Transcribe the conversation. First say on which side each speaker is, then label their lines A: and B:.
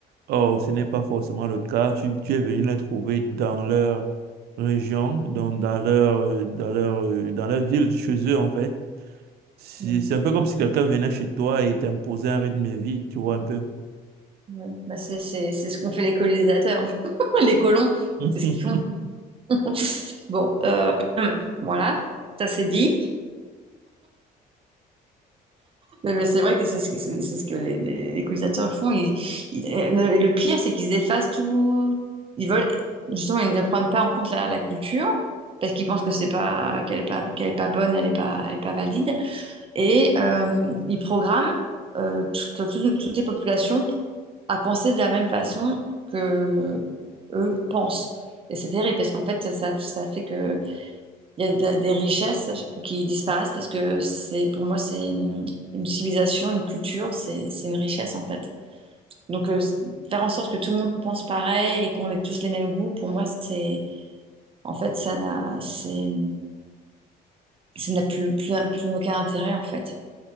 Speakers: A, on the right (about 70°); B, on the right (about 35°).
A: Or, ce n'est pas forcément le cas. Tu, tu es venu les trouver dans leur région, dans, dans leur, euh, dans leur, euh, dans leur ville, chez eux, en fait. C'est
B: Oui,
A: c'est un peu comme si quelqu'un venait chez toi et t'imposait un rythme de vie, tu vois, un peu.
B: oui. Bah, c'est c'est- c'est ce qu'ont fait les colonisateurs. <laughs> Les colons,
A: <laughs>
B: c'est ce qu'ils font. <laughs> Bon, euh, hum, voilà, ça c'est dit. Mais, mais c'est vrai que c'est ce que, c'est c'est ce que les, les- les colonisateurs font. Ils- ils- le, le pire, c'est qu'ils effacent tout. Ils veulent, justement, ils ne prennent pas en compte la, la culture parce qu'ils pensent que c'est pas, qu'elle est pas, qu'elle est pas bonne, elle est pas, elle est pas valide. Et euh, il programme euh, tout- enfin, tout- toutes les populations p- à penser de la même façon que eux pensent. Et c'est terrible parce qu'en fait, ça, ça fait que il y a de- des richesses qui disparaissent parce que c'est, pour moi, c'est une, une civilisation, une culture, c'est, c'est une richesse en fait. Donc, euh, faire en sorte que tout le monde pense pareil et qu'on ait tous les mêmes goûts, pour moi, c'est, en fait, ça n'a, c'est, ça n'a plus, plus, plus aucun intérêt en fait.